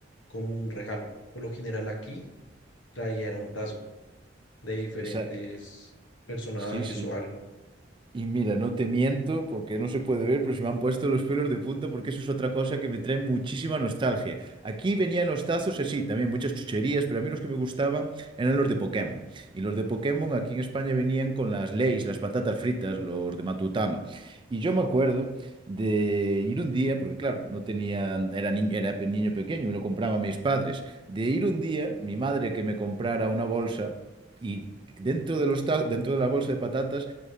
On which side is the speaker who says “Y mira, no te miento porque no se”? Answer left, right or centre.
Right